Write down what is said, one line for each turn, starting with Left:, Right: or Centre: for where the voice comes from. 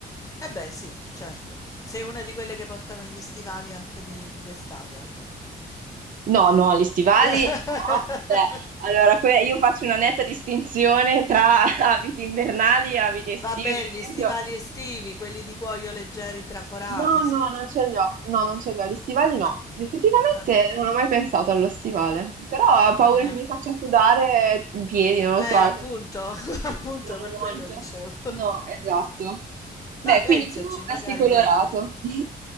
Left: Eh beh sì, certo. Sei una di quelle che portano gli stivali anche di d'estate allora.
Right: No, no, gli stivali,
Left: <laughs>
Right: no. Beh, allora que- io faccio una netta distinzione tra <laughs> abiti invernali e abiti estivi.
Left: Vabbè,
Right: Per
Left: gli
Right: esempio,
Left: stivali estivi, quelli di cuoio leggeri traforati,
Right: No, no,
Left: s-
Right: non
Left: cioè
Right: ce li ho. No, non ce li ho. Gli stivali no.
Left: eh,
Right: Effettivamente
Left: eh,
Right: non ho mai pensato allo stivale, però
Left: mamma
Right: ho paura
Left: mia.
Right: che mi faccia sudare i piedi, non lo
Left: Eh,
Right: so,
Left: appunto,
Right: quindi non
Left: <laughs>
Right: mi
Left: appunto
Right: sudano
Left: per quello
Right: molto.
Left: dicevo.
Right: No, esatto.
Left: <laughs>
Right: Beh,
Left: Dai, pensaci,
Right: quindi tu
Left: magari
Right: vesti colorato.
Left: vedili.
Right: <laughs>